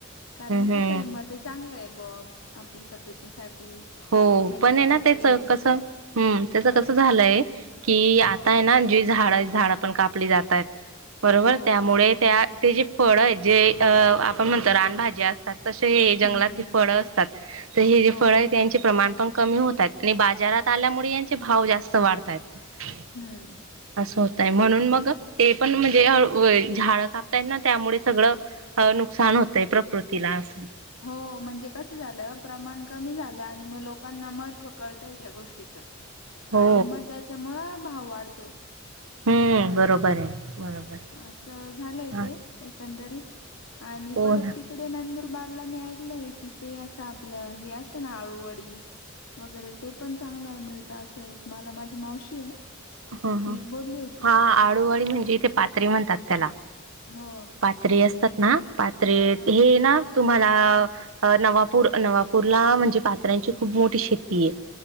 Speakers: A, on the left (about 80°); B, on the right (about 75°).
A: कारण
B: हम्म
A: कसं आहे मग ते चांगलं आहे ब आपल्या तब्येतीसाठी
B: हो
A: त्याच्याने
B: पण हाय
A: असं
B: ना
A: काही
B: त्याच कस, हुं.. त्याच
A: हा
B: कसं झालंय कि आता आहे ना जी झाड झाडं पण कापली जात आहेत बरोबर
A: हो
B: त्यामुळे त्या ते जे फळ आहेत जे आपण म्हणतो रानभाज्या असतात तशे जंगलातली
A: हम्म हम्म
B: फळं असतात तर हे जे
A: हो
B: फळ त्यांची प्रमाण पण कमी होतात आणि बाजारात आल्यामुळे यांचे भाव जास्त वाढतायेत
A: हुं
B: होतय म्हणून मग ते पण म्हणजे झाड कापताय ना त्यामुळे सगळं नुकसान होतंय प्रकृतीला असं.
A: हो म्हणजे कस झालं प्रमाण कमी झालं आणि मग लोकांना महत्त्व कळतय त्या गोष्टीच आणि
B: हो
A: मग त्याच्यामुळ भाव वाढतोय
B: हुं बरोबर आहे. बरोबर.
A: असं झालंय
B: हा,
A: तेे एकंदरीत आणि
B: हो
A: परत
B: ना.
A: तिकडे नंदुर बारला मी ऐकलय की ते असं आपलं हे असतं ना अळूवडी वगैरे ते पण चांगलं मिळतं असं एक मला माझी मावशी आहे
B: ह ह
A: ती बोलली होती
B: हा आळूवाळी
A: काय
B: म्हणजे इथे पात्री म्हणतात त्याला
A: हो
B: पात्री ना पात्रेत
A: हा
B: हे ना तुम्हाला नवापूर नवापूरला म्हणजे पात्र्यांची खूप मोठी शेती आहे